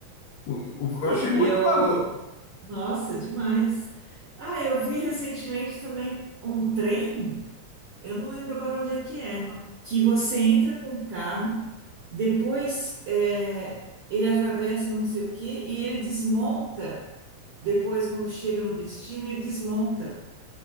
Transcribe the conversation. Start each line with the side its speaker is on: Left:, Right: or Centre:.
Left: Eu eu
Right: e-
Left: achei muito
Right: Eu.
Left: maluco.
Right: Nossa, demais. Ah, eu vi recentemente também um trem. Eu não lembro agora onde é que é. Que você entra com o carro, depois é, ele atravessa não sei o quê e ele desmonta. Depois, quando chega no destino, ele desmonta